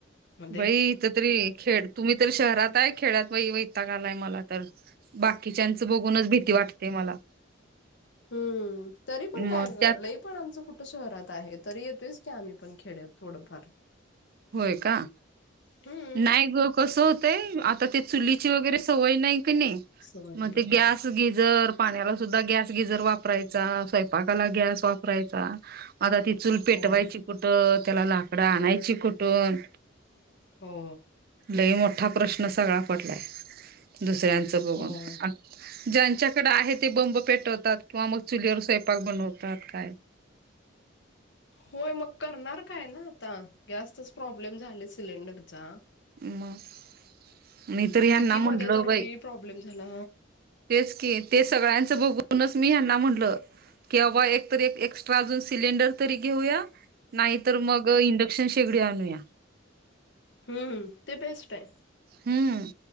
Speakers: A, on the left (about 60°); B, on the right (about 50°).
A: मध्ये
B: बाई इथ तरी खेळ तुम्ही तर शहरात आहे खेड्यात बा व इताग आलाय मला तर बाकीच्यांच बघूनच भीती वाटते मला.
A: हम्म तरी पण काय
B: मग
A: ग
B: त्यात
A: पण आमचं कुठं शहरात आहे तरी येतोय कीम्हीण खेड्यात थोडंफार.
B: होय का
A: हम्म
B: नाही ग कसं होतंय आता ते चुलीची वगैरे सवय नाही की नाही
A: सवय
B: मे
A: नाही हा
B: ग्यास गीजर पाण्याला सुद्धा गॅस गिजर वापरायचा स्वयंपाकाला गॅस वापरायचा आता ती चूल पेटवायची
A: होय
B: कुठं त्याला लाकडं आणायची कुठून
A: हो
B: लई मोठा प्रश्न सगळा पडलाय दुसऱ्यांचं बघून
A: होय
B: ज्यांच्याकडे आहे ते बंब पेटवतात किंवा मग चुलीवर स्वयंपाक बनवतात काय
A: होय मग करणार काय ना आता गॅसतच प्रॉब्लेम झाले सिलेंडरचा
B: मग मी तर ह्यांना
A: किती मध्ये
B: म्हटलं
A: तर
B: बाई
A: प्रॉब्लेम झाला
B: तेच की ते सगळ्यांचं बघूनच मी ह्यांना म्हणलं कि आबा एकत एक एक्स्ट्रा अजून सिलेंडर तरी घेऊया, नाही तर मग, इंडक्शन शेगडी आणूया.
A: हम्म. ते बेस्ट आहे
B: हम्म.